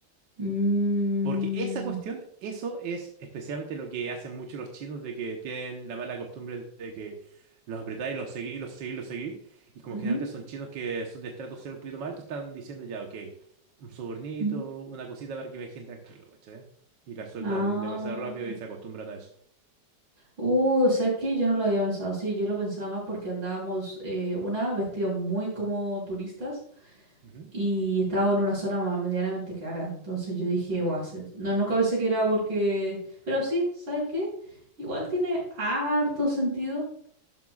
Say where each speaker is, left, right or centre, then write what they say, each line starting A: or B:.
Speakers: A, on the right; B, on the right.
A: Mm,
B: Porque esa cuestión, eso es especialmente lo que hacen muchos los chinos, de que tienen la mala costumbre de que los apretáis, los seguís, los seguís, los seguís, y como
A: ujú,
B: generalmente son chinos que son de estrato cero un poquito más alto, están diciendo ya, ok, un sobornito,
A: ujú.
B: una cosita para que me dejen tranquilo, ¿cachai? Y la sueltan
A: Ah.
B: demasiado rápido y se acostumbran a eso.
A: Uh, o sea que yo no lo había pensado así, yo lo pensaba más porque andábamos, eh, una, vestidos muy como turistas
B: Ujú.
A: y estábamos en una zona más medianamente cara. Entonces yo dije,
B: Mm.
A: guau, se- no, nunca pensé que era porque... Pero sí, ¿sabes qué? Igual tiene harto sentido.